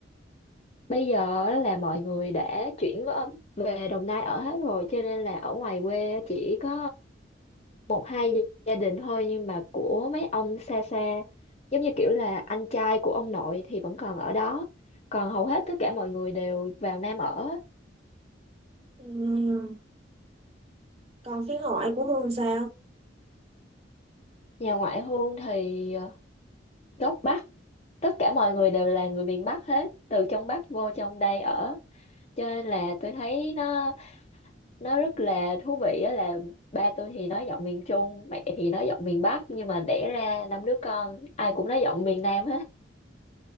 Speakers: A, on the left; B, on the right.
A: bây giờ á là mọi người đã chuyển vợ- về Đồng Nai ở hết rồi cho nên là ở ngoài quê chỉ có hai gia gia đình thôi nhưng mà của mấy ông xa xa giống như kiểu là anh trai của ông nội thì vẫn còn ở đó còn hầu hết tất cả mọi người đều vào Nam ở
B: Ừm, còn phía ngoại của Hương sao?
A: nhà ngoại hôn thì ờ, gốc Bắc tất cả mọi người đều là người miền Bắc hết từ trong Bắc vô trong đây ở cho nên là tôi thấy nó nó rất là thú vị á là ba tôi thì nói giọng miền Trung mẹ thì nói giọng miền Bắc nhưng mà đẻ ra năm đứa con ai cũng nói giọng miền Nam hết